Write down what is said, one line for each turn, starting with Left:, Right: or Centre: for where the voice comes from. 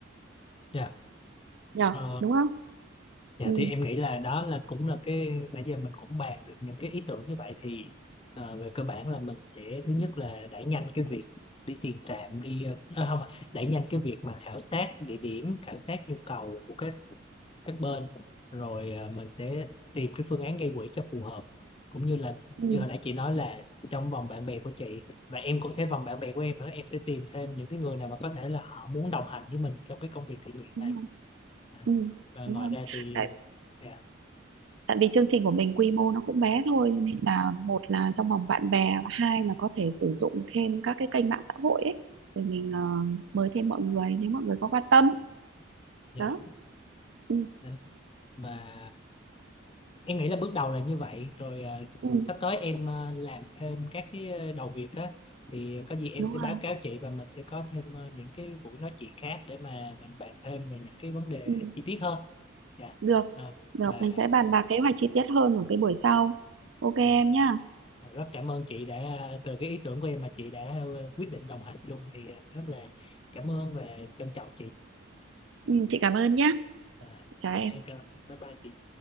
Left: dạ
Right: nhờ
Left: Ờ,
Right: đúng không
Left: Dạ
Right: ừ
Left: thì em nghĩ là đó là cũng là cái nãy giờ mình cũng bàn được những cái ý tưởng như vậy thì ờ, về cơ bản là mình sẽ thứ nhất là đẩy nhanh cái việc đi tiền trạm đi ờ, à, không đẩy nhanh cái việc mà khảo sát địa điểm khảo sát nhu cầu của các các bên rồi ờ, mình sẽ tìm cái phương án gây quỹ cho phù hợp cũng như là
Right: ừ
Left: như hồi nãy chị nói là trong vòng bạn bè của chị và em cũng sẽ vòng bạn bè của em nữa em sẽ tìm thêm những cái người nào mà có thể là họ muốn đồng hành với mình trong cái công việc thiện nguyện
Right: đúng
Left: này
Right: rồi
Left: À,
Right: ừ
Left: và
Right: đúng
Left: ngoài
Right: rồi
Left: ra thì
Right: tại
Left: ờ,
Right: tại vì chương trình của mình quy mô nó cũng bé thôi nên là một là trong vòng bạn bè và hai là có thể sử dụng thêm các cái kênh mạng xã hội ấy để mình ờ, mời thêm mọi người nếu mọi người có quan tâm
Left: dạ
Right: đó
Left: đúng
Right: ừ
Left: Ờ, và em nghĩ là bước đầu là như vậy rồi ờ,
Right: ừ
Left: sắp tới em ờ, làm thêm các cái ờ, đầu việc á thì có gì em
Right: đúng
Left: sẽ
Right: rồi
Left: báo cáo chị và mình sẽ có thêm ờ, những cái buổi nói chuyện khác để mà mình bàn thêm về những cái vấn đề
Right: ừ
Left: chi tiết hơn dạ
Right: Được,
Left: Ờ,
Right: được,
Left: và
Right: mình sẽ bàn bạc kế hoạch chi tiết hơn ở cái buổi sau. Ok em
Left: dạ.
Right: nhá.
Left: Và rất cảm ơn chị đã ờ, từ cái ý tưởng của em mà chị đã ờ, quyết định đồng hành chung thì ờ, rất là cảm ơn và trân trọng chị
Right: Ừ, chị cảm ơn nhá.
Left: Ờ,
Right: Chào
Left: dạ,
Right: em.
Left: em cảm bye bye chị